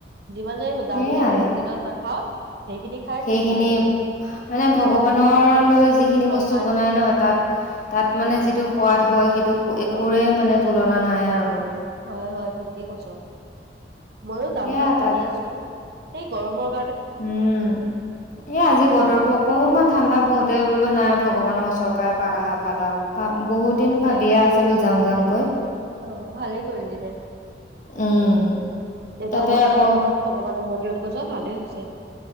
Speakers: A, on the right (about 60°); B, on the left (about 45°).
A: যিমানে দামী
B: সেইয়াই।
A: দামী হোটেলত নাখাওঁ সেইখিনি খাই
B: সেইখিনি
A: তৃপ্তি লাগে বেছি।
B: মানে ভগৱানৰ লৈ যিখিনি
A: প্ৰসাদ
B: বস্তু বনাই ন, তাত, তাত
A: অ',
B: মানে যিটো সোৱাদ হয়, সেইটো
A: অ',
B: একোৰে মানে তুলনা নাই আৰু।
A: হয়, হয়, ঠিকেই কৈছ। ময়ো যাম,
B: সেয়া
A: যাম ভাবি
B: তাত
A: আছোঁ। সেই গৰমত
B: উম, এই আজি বতৰটো অকনমান ঠাণ্ডা পৰোতেই বোলো নাই,
A: অ',
B: ভগৱানৰ ওচৰৰ পৰাই এপাক আহা ভাল আৰু। ভা বহুত
A: হওক
B: দিন
A: দে।
B: ভাবিয়ে আছিলোঁ যাম, যাম কৈ
A: অ', ভালেই কৰিলি দে।
B: উম।
A: এইটো
B: তাতে
A: অৱস্থাত
B: আকৌ
A: অকমান ভগৱানৰ মন্দিৰত গৈছ! ভালেই হৈছে।